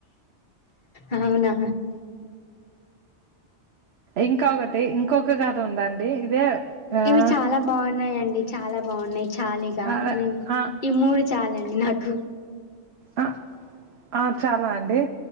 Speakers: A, on the left (about 45°); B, on the right (about 65°).
A: అవునా
B: ఇంకొటి ఇంకొక కథ ఉందాండి ఇదే ఆహ్,
A: ఇవి చాలా బాగున్నాయిండి, చాలా బాగున్నాయి చాలీగా
B: అదే ఆ!
A: ఈ మూడు. చాలండి నాకు
B: ఆ! ఆ చాలా అండి